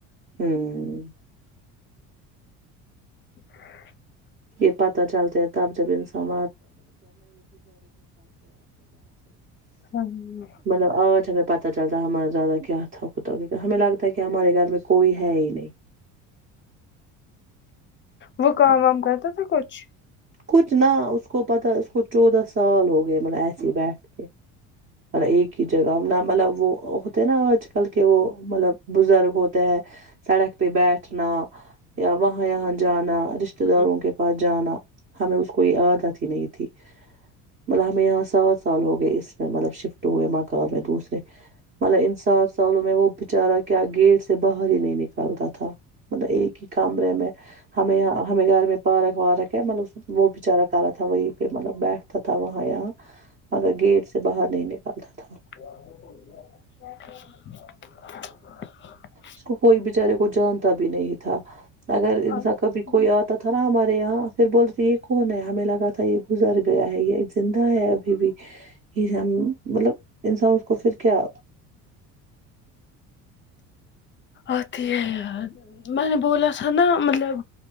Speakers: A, on the right; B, on the left.
A: ہوں
B: <inaudible>
A: یہ پتہ چلتا <unintelligible> تب جب انسان
B: <unintelligible>
A: مطلب آج ہمیں پتا چل رہتا ہے ہمارا دادا کیا تھا کتا ہمیں لگتا ہے کہ ہمارے گھر میں کوئی ہے ہی نہیں
B: وہ کام وام کرتا تھا کچھ
A: کچھ نہ اس کو پتا اس کو چودہ سال ہو گئے مطلب ایسے بیٹھ کے مطلب ایک ہی جگہ نہ مطلب وہ ہوتے نا آج کل کے وہ مطلب بزرگ ہوتے ہیں سڑک پہ بیٹھنا یا وہاں یہاں جانا رشتے داروں
B: ہوں
A: کے پاس جانا ہمیں اس کو یہ عادت ہی نہیں تھی مطلب ہمیں یہاں سات سال ہو گئے اس میں مطلب شفٹ ہوئے مکان میں دوسرے مطلب ان سات سالوں میں وہ بچارہ کیا گیٹ سے باہر ہی نہیں نکالتا تھا مطلب ایک ہی کمرے میں ہمیں ہمیں گھر میں پارک وارک ہے مطلب وہ بچارہ کار تھا وہیں پہ مطلب بیٹھتا تھا وہاں یہاں مگر گیٹ سے باہر نہیں نکلتا تھا
B: <unintelligible>
A: اس کو کوئی بچارے کو جانتا بھی نہیں تھا اگر
B: آ
A: انسان کبھی کوئی آتا تھا نا ہمارے یہاں پھر بولتی یہ کون ہے ہمیں لگا تھا یہ گزر گیا ہے یہ زندہ ہے اب بھی از حم مطلب انسان اس کو پھر کیا
B: آتی ہے یاد میں نے بولا تھا نا مطلب